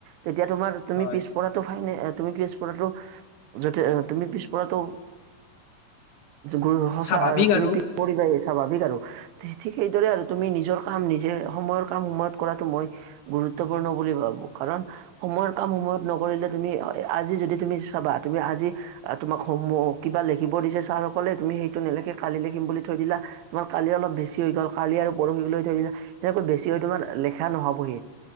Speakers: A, on the right (about 85°); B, on the left (about 65°).
A: তেতিয়া তোমাৰ তুমি
B: হয়
A: পিছপৰাটো ফাইনে তুমি পিছপৰাটো যাতে তুমি পিছপৰাটো <inaudible> সঁচা
B: স্বাভাৱিক
A: তুমি
B: আৰু
A: পিছ পৰিবাই। স্বাভাৱিক আৰু ঠিক সেইদৰে আৰু তুমি নিজৰ কাম নিজে সময়ৰ কাম সময়ত কৰাটো মই গুৰুত্ব গুৰুত্বপূৰ্ণ বুলি ভাবো কাৰণ সময়ৰ কাম সময়ত নকৰিলে তুমি আজি যদি তুমি চাবা তুমি আজি তোমাক কিবা লিখিব দিছে ছাৰসকলে তুমি সেইটো নিলিখি, কালি লিখিম বুলি থৈ থৈ দিলা তোমাৰ কালি অলপ বেছি হৈ গ'ল, কালি আৰু পৰহিলৈ থৈ দিলা এনেকৈ বেছি হৈ তোমাৰ লিখা নহবই।